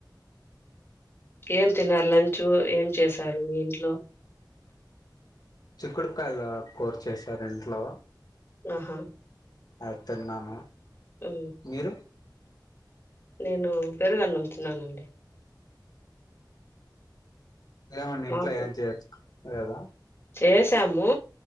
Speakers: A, on the left (about 30°); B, on the left (about 55°).
A: ఏం తిిన్నారు లంచ్ ఏం చేసారు మీ ఇంట్లో
B: చిక్కుడుకాయలు కూర చేసారు ఇంట్లో
A: ఆహా
B: అది తిన్నాను
A: హు
B: మీరు
A: నేను పెరుగన్నం తిన్నానండి
B: ఏమండి
A: మాకు
B: ఇంట్లో ఏం చెస్కో లేదా
A: చేసాము